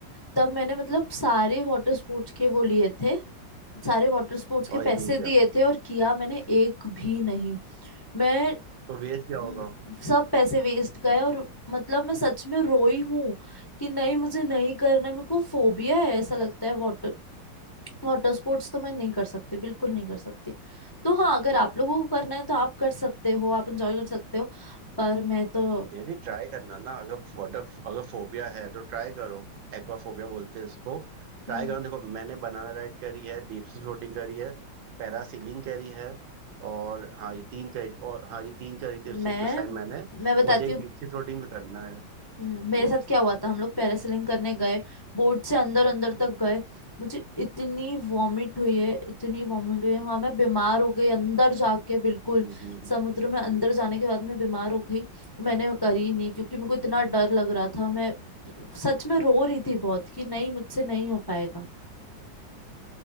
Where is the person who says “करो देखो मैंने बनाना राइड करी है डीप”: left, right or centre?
Right